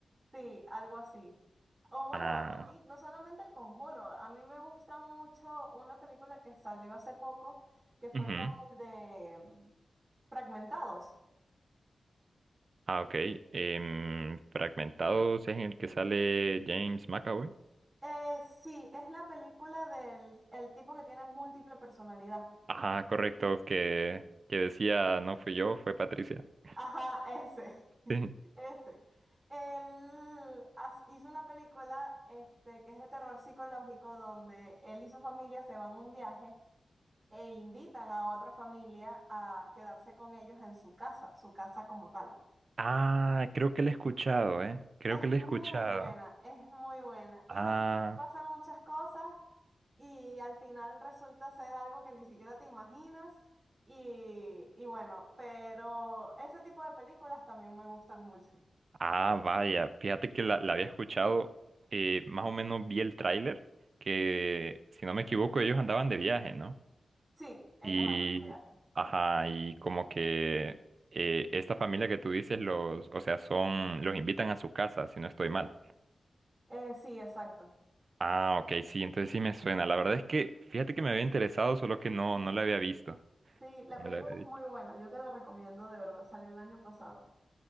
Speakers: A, on the right; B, on the right.
A: Sí, algo así. O bueno,
B: Ah,
A: a mí no solamente El Conjuro, a mí me gusta mucho una película que salió hace poco, que fue
B: ujú.
A: con el de Fragmentados.
B: Ah, ok. Em, Fragmentados es en el que sale James McAvoy.
A: Eh, sí, es la película del el tipo que tiene múltiple personalidad.
B: Ajá, correcto, que, que decía, no fui yo, fue Patricia. <laughs>
A: Ajá, ese,
B: Sí.
A: <laughs> ese. Él haz- hizo una película este, que es de terror psicológico donde él y su familia se van a un viaje e invitan a otra familia a quedarse con ellos en su casa, su casa como tal.
B: Ah, creo que la he escuchado, ¿eh? Creo
A: Es
B: que la
A: muy
B: he escuchado.
A: buena, es muy buena.
B: Ah.
A: Y bueno, pasan muchas cosas y al final resulta ser algo que ni siquiera te imaginas. Y, y bueno, pero ese tipo de películas también me gustan mucho.
B: Ah, vaya, fíjate que la, la había escuchado, eh, más o menos vi el tráiler, que si no me equivoco ellos andaban de viaje, ¿no?
A: Sí, ellos
B: Y,
A: hablan de viajes.
B: ajá, y como que eh, esta familia que tú dices, los, o sea, son, los invitan a su casa, si no estoy mal.
A: Eh, sí, exacto.
B: Ah, ok, sí, entonces sí me suena. La verdad es que, fíjate que me había interesado, solo que no, no la había visto.
A: Sí, la
B: Me
A: película
B: la había visto.
A: es muy buena, yo te la recomiendo de verdad, salió el año pasado.